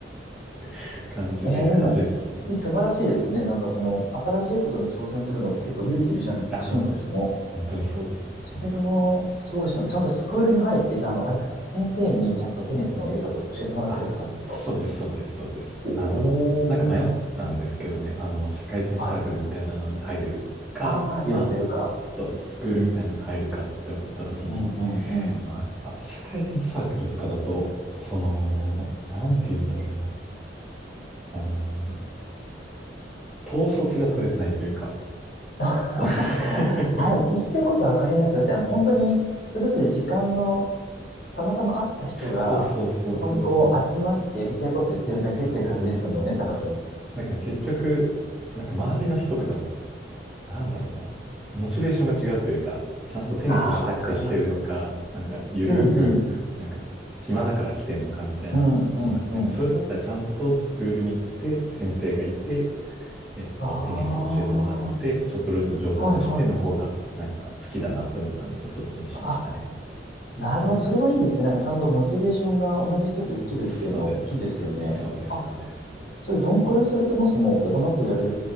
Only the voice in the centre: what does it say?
<laughs> 感じで始めましたね。
ああ、
本当にそうですね。
あ、そうです、そうです、そうです。
あの、なんか迷ったんですけどね、あの、社会人サークルみたいなのに入るか、
まあ、
そう、スクールみたいなのに入るかって思った時に、
まあ、やっぱ社会人サークルとかだと、その、なんて言うんだろうな、あの、統率が取れてないというか、
<laughs>
そうそうそうそうそう。
そうそうそうそうそう。
だから結局、なんか周りの人とかもなんだろうな。モチベーションが違うというか、ちゃんとテニスしたくて来てるのか、
なんかゆるーく、
なんか暇だから来てんのかみたいなのがあって、
もうそれだったらちゃんとスクールに行って、先生がいて、えっと、
テニスを教えてもらって、
ちょっとずつ上達しての方が、
なんか好きだなと思ったので、そっちにしましたね。
そうです。そうです、
そうです、そうです。